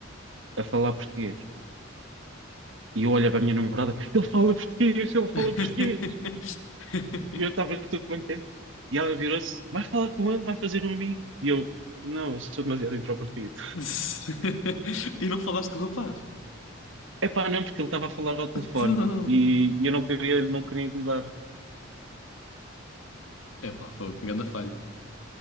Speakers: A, on the right; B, on the left.
A: a falar português. E eu olho para a minha namorada, ele fala português, ele fala
B: <laughs>
A: português. Eu estava todo contente. E ela virou-se: vai falar com ele, vai fazer um amigo. E eu: não, eu sou demasiado introvertido.
B: <laughs> E não falaste com o rapaz?
A: Epá, não, porque ele estava a falar ao telefone
B: Então.
A: e, e eu não queria, não queria incomodar.
B: Epá, foi que grande falha.